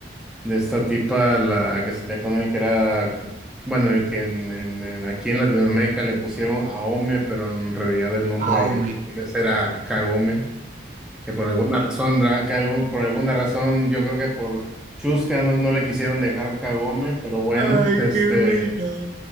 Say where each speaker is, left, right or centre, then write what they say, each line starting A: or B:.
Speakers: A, in the centre; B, on the right.
A: de esta tipa, la que salía con él, que era, bueno, en que en, en- en- aquí en Latinoamérica le pusieron Aome, pero en realidad el nombre
B: Aome.
A: japonés era Kagome, que por alguna razón, ra- que algún- por alguna razón, yo creo que por Chusca no, no le quisieron dejar Kagome, pero bueno,
B: Ay,
A: este,
B: qué buena.